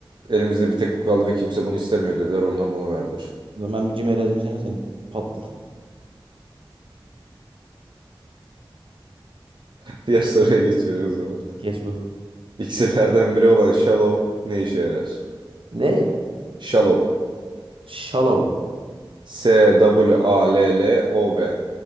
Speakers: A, on the right; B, on the right.
A: elimizde bir tek bu kaldı ve kimse bunu istemiyor dediler. Ondan bunu verdiler.
B: O zaman bir cimer yazmışsana sen patladı.
A: <laughs> Diğer soruya geçiyoruz o zaman.
B: Geç bakalım.
A: İksirlerden biri olan Shallow ne işe yarar?
B: Ne?
A: Shallow.
B: Shallow.
A: S-W-A-L-L-O-V. W. A L L O W.